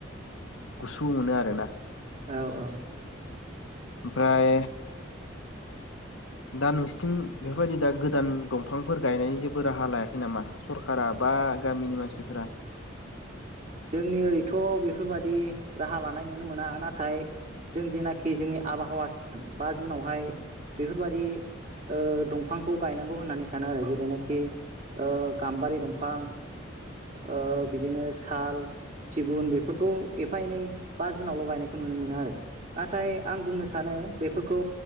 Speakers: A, on the left; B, on the right.
A: गुसु मोनो आरोना
B: औ औ।
A: ओमफाय दा नोंसिथिं बेफोरबायदि दा गोदान दंफांफोर गायनायनि जेबो राहा लायाखै नामा सरकारख बा गामिनि मानसिफोरा?
B: जोंनि ओरैथ' बेफोरबाददि राहा लानाय नुनो मोना नाथाय जों जेनाखि जोंनि आबहावा सान बा जुनावहाय बेफोरबादि ओ दंफांखौ गायनांगौ होननानै सानो आरो जेरैनाखि ओ गाम्बारि दंफां ओ बिदिनो साल सिगुन बेफोरखौ एफा एनै बा जुनावल' गायनायखौ नुनो मोनो आरो नाथाय आं बुंनो सानो बेफोरखौ